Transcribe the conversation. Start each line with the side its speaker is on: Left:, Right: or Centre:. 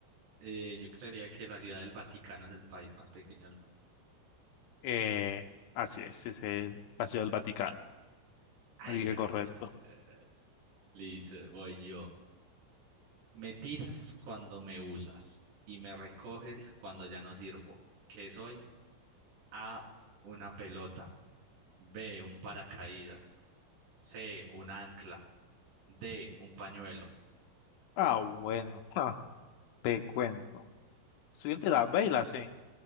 Right: Eh, yo creería que la ciudad del Vaticano es el país más pequeño del mundo.
Left: Eh, así es, es el Paseo del Vaticano.
Right: Ay,
Left: Así que correcto.
Right: ay, eh. Listo, voy yo. Me tiras cuando me usas y me recoges cuando ya no sirvo. ¿Qué soy? A, una pelota. B, un paracaídas. C, un ancla. D, un pañuelo.
Left: Ah, bueno, ah, te cuento. Estoy entre la B y la C.